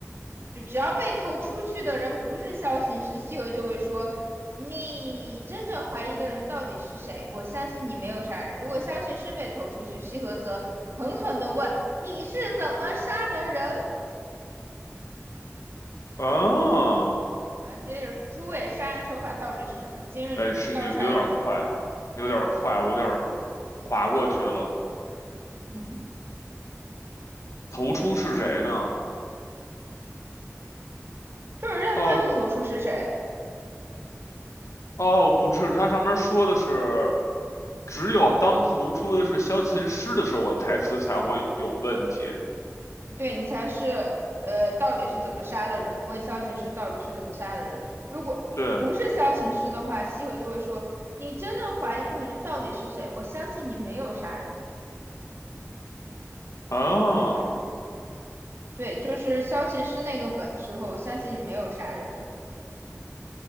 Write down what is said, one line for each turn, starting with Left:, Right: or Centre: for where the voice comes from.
Right: 就只要被投出去的人不是萧行师，西河就会说，你真正怀疑的人到底是谁？我相信你没有杀人。如果萧行师被投出去，西河则狠狠地问，你是怎么杀的人？
Left: 啊，
Right: 然后接着是诸位杀人手法到底是什么？今日你们调查的是，
Left: 哎，是你有点快，你有点快，我有点划过去了。
Right: 嗯。
Left: 投出是谁呢？
Right: 就是让他们投出是谁，
Left: 哦哦，不是，它上面说的是，只有当投出的是萧琴师的时候，我的台词才会有问题。
Right: 对你才是呃到底是怎么杀的人？问萧琴师到底是怎么杀的人？如果不是萧琴师的话，
Left: 对，
Right: 西河就会说你真正怀疑的人到底是谁？我相信你没有杀人，
Left: 啊
Right: 对吧？对，就是萧琴师那个本之后，我相信你没有杀人。